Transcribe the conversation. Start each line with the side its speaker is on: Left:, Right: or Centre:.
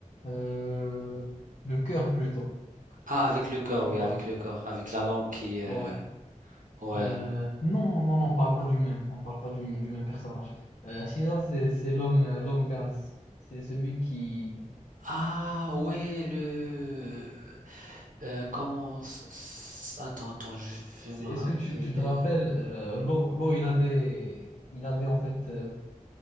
Left: Euh, le cœur plutôt.
Right: Ah, avec le cœur, oui,
Left: Ouais,
Right: avec le cœur, avec la langue qui, euh,
Left: ouais.
Right: Ouais.
Left: Euh, non, non, non, on parle pas du même. On parle pas du, du même personnage. Euh, Shiza, c'est, c'est l'homme, euh, l'homme gaz. C'est celui qui...
Right: Ah ouais, le... euh, comment... s- s- Attends, attends, je
Left: C'est-
Right: vais me
Left: Est-ce
Right: rappeler.
Left: que tu, tu te rappelles, euh, Lo, Lo, il avait, il avait en fait euh,